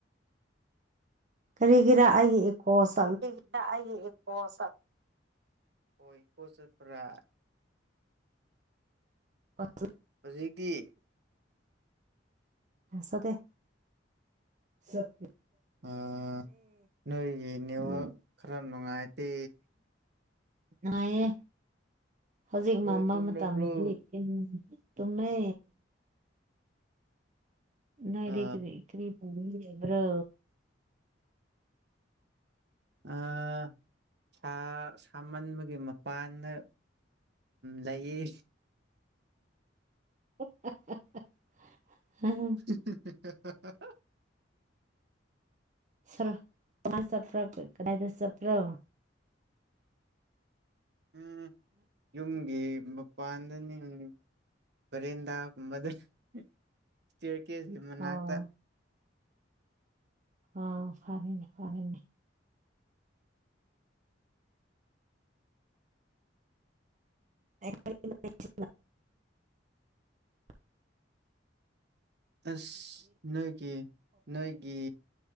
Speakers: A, on the right; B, on the right.
A: ꯀꯔꯤꯒꯤꯔꯥ ꯑꯩꯒꯤ ꯏꯀꯣꯁ
B: ꯀꯔꯤꯒꯤꯔꯥ ꯑꯩꯒꯤ ꯏꯀꯣ ꯆꯠ ꯑꯣ ꯏꯀꯣ ꯆꯠꯄꯔꯥ
A: <unintelligible>
B: ꯍꯧ ꯖꯤꯛꯇꯤ
A: ꯆꯠꯇꯦ ꯆꯠ
B: ꯑꯥꯝ ꯅꯣꯏꯒꯤ ꯅꯦꯋꯥꯛ
A: ꯎꯝ
B: ꯈꯔ ꯅꯨꯡꯉꯥꯏꯇꯦ
A: ꯅꯨꯡꯉꯥꯏꯌꯦ ꯍꯧꯖꯤꯛ
B: ꯂꯣꯏ
A: ꯃꯝꯕꯥ
B: ꯇꯨꯝꯔꯕ꯭ꯔꯣ
A: ꯃꯇꯝꯗꯗꯤ ꯈꯤꯇꯡ ꯇꯨꯝꯃꯦ ꯅꯥꯏꯗꯩ
B: ꯑ
A: ꯀꯔꯤ ꯀꯔꯤ ꯄꯨꯅꯤꯉꯥꯏ ꯂꯩꯕ꯭ꯔꯣ
B: ꯑꯥ ꯑꯥ ꯁꯥꯃꯟꯕꯒꯤ ꯃꯄꯥꯟꯗꯥ ꯂꯩꯌꯦ
A: <unintelligible>
B: <unintelligible>
A: <unintelligible> ꯆꯠꯄꯔꯥ ꯀꯗꯥꯏꯗ ꯆꯄ꯭ꯔꯣ
B: ꯎꯝ ꯌꯨꯝꯒꯤ ꯃꯄꯥꯟꯗꯅꯤꯅ° ꯕ°ꯔ°ꯟꯗꯥ ꯒꯨꯝꯕꯥꯗ ꯏꯁꯇꯤꯌꯥꯔ ꯀꯦꯁ ꯀꯤ ꯃꯅꯥꯛꯇꯥ
A: ꯑꯣ ꯑꯥ ꯐꯔꯦꯅꯦ ꯐꯔꯦꯅꯦ <unintelligible>
B: ꯑꯥꯁ ꯅꯣꯏꯒꯤ ꯅꯣꯏꯒꯤ